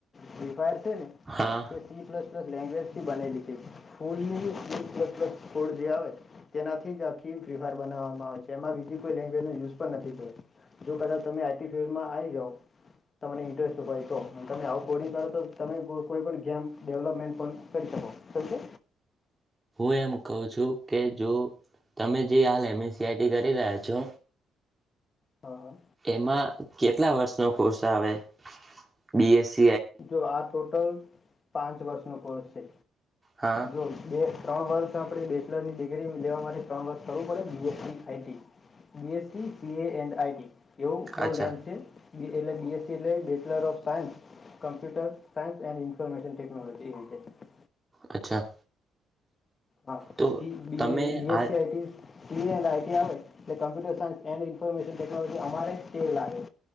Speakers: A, on the left; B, on the right.
A: <unintelligible> છે ને,
B: હા
A: તે સી પ્લસ પ્લસ લેંગ્વેજ <unintelligible> બનાઈ દીધી. સ્કૂલની જી પ્લસ પ્લસ કોડ જે આવે તેનાથી જ આખીમ ફ્રી ફાયર બનાવવામાં આવે છે એમાં બીજી કોઈ લેંગ્વેજનો યુઝ પણ નથી થયો જો કદાચ તમે આઈટી ફિલ્ડમાં આવી જાઓ તમને ઇન્ટરેસ્ટ હોય તો તમે આવ કોડિંગ કરો તો તમે કોઈ પણ ગેમ ડેવલપમેન્ટ પણ કરી શકો છે.
B: મેં એમ કહું છું કે જો તમે જે હાલ M S C I T કરી રહ્યા છો
A: હા હા
B: એમાં કેટલા વર્ષનો કોર્સ આવે બી એસ સી
A: જો આ ટોટલ પાંચ વર્ષનો કોર્સ છે.
B: હા
A: જો બે ત્રણ વર્ષ આપણે બેચલરની ડિગ્રી લેવા માટે ત્રણ વર્ષ કરવું પડે B S C I T B S C P A and I T એવું ફુલ
B: અચ્છા
A: નેમ છે. બી એટલે બી એસ સી એટલે bachelor of science computer science and information technology એ રીતે
B: અચ્છા
A: હા
B: તો
A: બી બી
B: તમે આ
A: એસ C I T A and I T આવે એ computer science and information technology અમારે જ તે લાગે